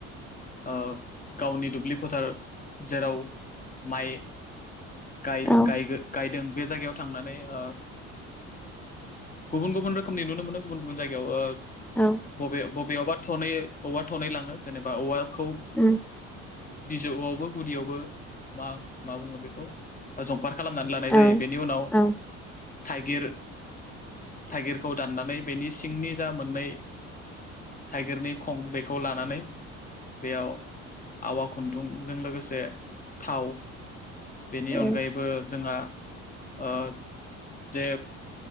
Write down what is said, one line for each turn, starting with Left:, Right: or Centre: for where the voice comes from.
Left: ओ गावनि दुब्लि फोथार जेराव माइ गाय
Centre: औ
Left: गाय गायदों बे जायगायाव थांनानै ओ गुबुन गुबुन रो खोमनि नुनो मोनो। गुबुन गुबुन जायगायाव
Centre: औ
Left: बबे बबेआवबा थ'नै औवा थनै लाङो जेनेबा औवाखौ
Centre: उम
Left: बिजौआवबो गुदियावबो मा मा बुङो बेखौ जंफार खालामनानै लानाय
Centre: औ
Left: जायो। बेनि उनाव
Centre: औ
Left: थाइगिर थाइगिर खौ दाननानै बेनि सिंनि जा मोननै थाइगिरनि खं बेखौ लानानै बेयाव आवा खुन्दुंजों लोगोसे थाव बेनि
Centre: उम
Left: अनगायैबो जोंहा ओ जे